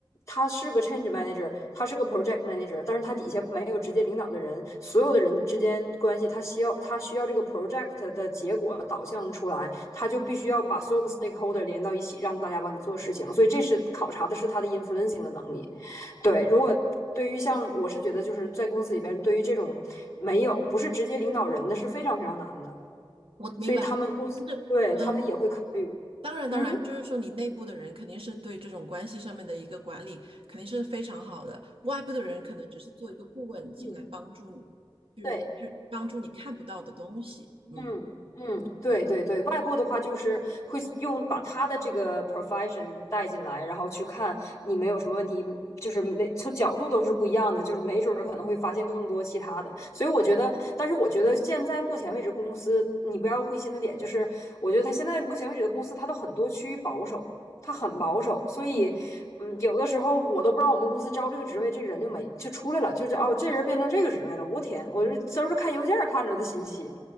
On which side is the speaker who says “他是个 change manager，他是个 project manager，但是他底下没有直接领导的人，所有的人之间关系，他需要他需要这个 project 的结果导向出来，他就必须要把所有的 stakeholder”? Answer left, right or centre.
Left